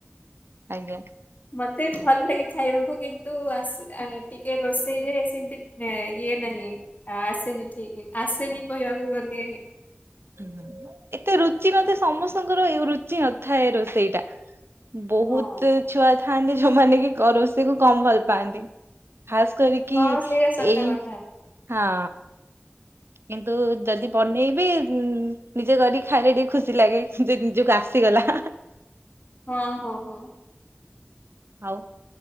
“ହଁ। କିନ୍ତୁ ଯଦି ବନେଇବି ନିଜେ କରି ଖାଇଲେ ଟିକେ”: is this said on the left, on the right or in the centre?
Right